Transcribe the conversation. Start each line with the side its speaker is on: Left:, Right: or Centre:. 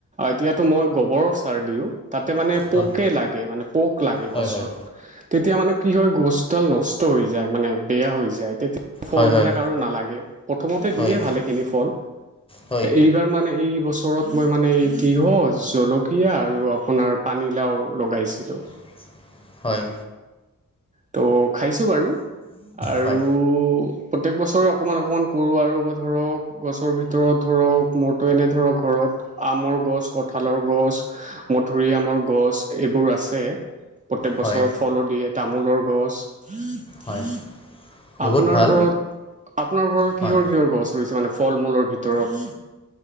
Right: এতিয়াতো মই গোবৰৰ চাৰ দিওঁ তাতে মানে পোকে
Left: হয়
Right: লাগে মানে পোক লাগে
Left: হয়
Right: গছত
Left: হয়
Right: তেতিয়া মানে কি হয় গছডাল নষ্ট হৈ যায় মানে বেয়া হৈ যায় তেতিয়া ফলবিলাক
Left: হয় হয়
Right: আৰু নালাগে প্ৰথমতে
Left: হয়
Right: দিয়ে ভালেখিনি ফল
Left: হয়
Right: এইবাৰ মানে এই বছৰ ওচৰত মই মানে এই তিঁহহ জলকীয়া আৰু আপোনাৰ পানীলাও লগাইছিলোঁ
Left: <unintelligible> হয়।
Right: ত' খাইছোঁ বাৰু, আৰু।
Left: হয়
Right: প্ৰত্যেক বছৰে অকণমান অকণমান কৰোঁ আৰু, মই ধৰক গছৰ ভিতৰত, ধৰক মোৰটো এনে ধৰক ঘৰত। আমৰ গছ, কঁঠালৰ গছ, মধুৰিআমৰ গছ, এইবোৰ আছে। প্ৰত্যেক বছৰ
Left: হয়
Right: ফললো দিয়ে তামোলৰ গছ। উম উম।
Left: হয় বহুত
Right: আপোনাৰ
Left: ভাল
Right: ঘৰত, আপোনাৰ ঘৰত
Left: হয়
Right: কিহৰ-কিহৰ গছ। ধৰিছে মানে ফল মূলৰ ভিতৰত।